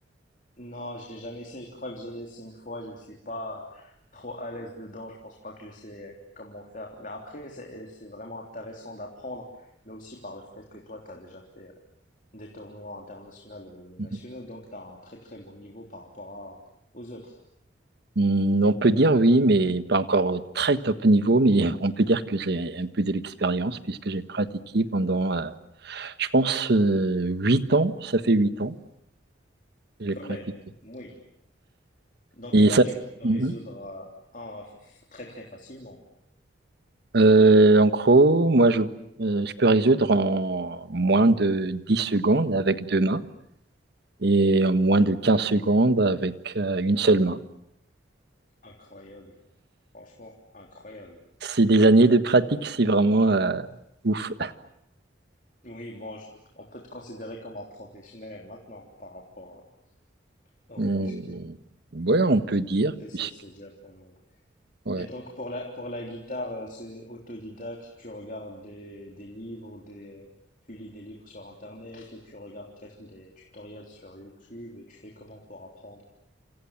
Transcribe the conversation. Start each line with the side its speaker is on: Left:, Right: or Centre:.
Left: Non, j'ai jamais essayé. Je crois que j'ai essayé une fois. Je suis pas trop à l'aise dedans. Je pense pas que je sais comment faire. Mais après, c'est c'est vraiment intéressant d'apprendre, mais aussi par le fait que toi, tu as déjà fait euh, des tournois internationaux ou nationaux,
Right: <laughs>
Left: donc tu as un très très bon niveau par rapport à, aux autres.
Right: Hmm, On peut dire oui, mais pas encore au très top niveau, mais on peut dire que j'ai un peu de l'expérience puisque j'ai pratiqué pendant, euh, je pense, euh, huit ans. Ça fait huit ans. J'ai
Left: Quand
Right: pratiqué.
Left: même. Oui. Donc
Right: Et
Left: là,
Right: ça,
Left: tu
Right: c'est-
Left: peux
Right: Mhm.
Left: résoudre euh, un f- très très facilement.
Right: Euh, en gros, moi, je, euh, je peux résoudre en moins de 10 secondes avec deux mains et en moins de 15 secondes avec euh, une seule main.
Left: Incroyable. Franchement, incroyable.
Right: C'est des années de pratique, c'est vraiment euh, ouf.
Left: Oui, bon, je- on peut te considérer comme un professionnel maintenant par rapport au
Right: Hum,
Left: Rubik's Cube.
Right: Ouais, on peut dire.
Left: C'est, c'est,
Right: puisque-
Left: c'est déjà pas mal.
Right: ouais.
Left: Et donc, pour la, pour la guitare, euh, c'est autodidacte, tu regardes des, des livres, des, euh, tu lis des livres sur Internet, et tu regardes peut-être des tutoriels sur YouTube, et tu fais comment pour apprendre?